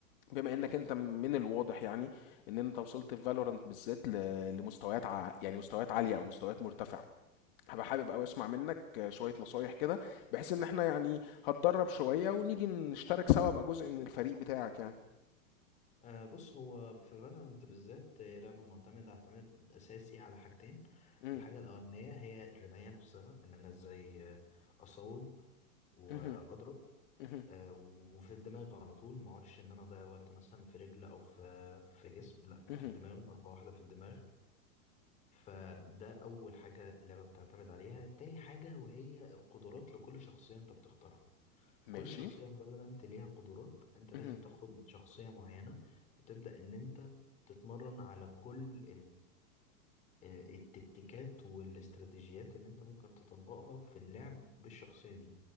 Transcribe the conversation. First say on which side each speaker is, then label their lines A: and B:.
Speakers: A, on the left; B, on the left.
A: بما انك انت من الواضح يعني ان انت وصلت في فالورانت بالذات ل- لمستويات ع... يعني مستويات عاليه او مستويات مرتفعه هبقى حابب قوي اسمع منك شويه نصايح كده بحيث ان احنا يعني هتدرب شويه ونيجي نشترك سوا ابقى جزء من الفريق بتاعك يعني
B: آه بص هو في فالورنت بالذات هي لعبة معتمدة اعتماد اساسي على حاجتين
A: امم
B: الحاجة الاولانية هي الرماية نفسها ان انا ازاي آه، اصوب واضرب
A: اها اها
B: آه، وفي الدماغ على طول ما اقعدش ان انا اضيع وقت مثلا في رجل او في في جسم لا
A: اها
B: في الدماغ ضربة واحدة في الدماغ فده اول حاجة اللعبة بتعتمد عليها تاني حاجة وهي القدرات لكل شخصية انت بتختارها
A: ماشي
B: كل شخصية في فالورانت ليها قدرات انت لازم
A: اها
B: تاخد شخصية معينة وتبدأ ان انت تتمرن على كل آه، التكتيكات والاستراتيجيات اللي انت ممكن تطبقها في اللعب بالشخصية دي